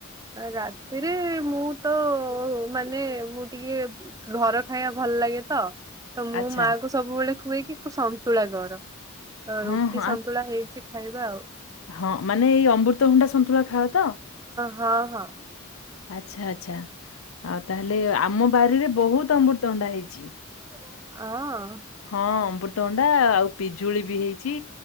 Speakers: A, on the right; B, on the left.
A: ରାତିରେ ମୁଁ ତ ଓ ମାନେ ମୁଁ ଟିକେ ଘର ଖାଇବା ଭଲ୍ ଲାଗେ ତ। ତ ମୁଁ
B: ଆଚ୍ଛା
A: ମାଆ କୁ ସବୁବେଳେ ଖୁଅ କି ତୁ ସନ୍ତୁଳା କର ତ
B: ହଁ
A: ରୁଟି
B: ହଁ
A: ସନ୍ତୁଳା
B: ଆ
A: ହେଇଛି। ଖାଇବା ଆଉ।
B: ହଁ ମାନେ ଏଇ ଅମୃତ ହୁଣ୍ଡା ସନ୍ତୁଳା ଖାଅ ତ?
A: ହଁ ହଁ ହଁ।
B: ଆଛା-ଆଛା ଆ ତାହେଲେ ଆମ ବାରିରେ ବହୁତ୍ ଅମୃତଣ୍ଡା ହେଇଛି।
A: ଅଁ।
B: ହଁ ଅମୃତଭଣ୍ଡା ଆଉ ପିଜୁଳି ବି ହେଇଛି